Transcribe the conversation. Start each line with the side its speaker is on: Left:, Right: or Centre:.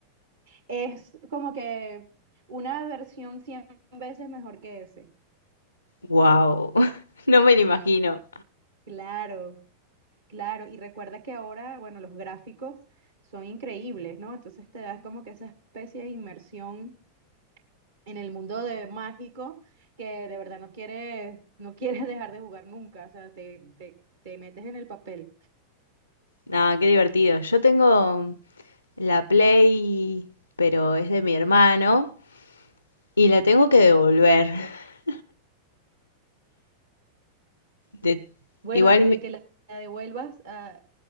Right: Es como que una versión 100 veces mejor que ese.
Left: Wow, <laughs> no me lo imagino.
Right: Claro, claro. Y recuerda que ahora, bueno, los gráficos son increíbles, ¿no? Entonces te das como que esa especie de inmersión en el mundo de mágico que de verdad no quieres, no quieres <laughs> dejar de jugar nunca. O sea, te, te, te metes en el papel.
Left: Nada, qué divertido. Yo tengo la Play, pero es de mi hermano y la tengo que devolver. <laughs> De-
Right: Bueno,
Left: Igual,
Right: antes
Left: mi-
Right: de que la la devuelvas, ah,